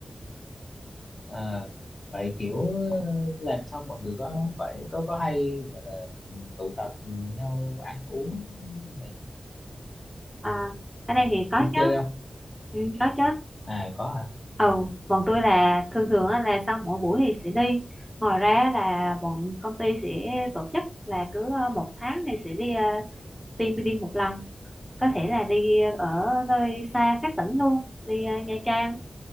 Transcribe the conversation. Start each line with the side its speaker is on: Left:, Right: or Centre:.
Left: à, vậy kiểu ờ, làm xong mọi người có phải có có hay gọi là ừ, tụ tập nhau ăn uống này
Centre: À, ở đây thì có
Left: vui
Centre: chứ.
Left: chơi không
Centre: Ừ, có chứ.
Left: à có hả
Centre: Ờ, bọn tôi là thường thường á, là sau mỗi buổi thì sẽ đi. Ngoài ra là bọn công ty sẽ tổ chức là cứ ờ, một tháng thì sẽ đi ờ, team building một lần. Có thể là đi ở nơi xa khác tỉnh luôn. Đi ờ, Nha Trang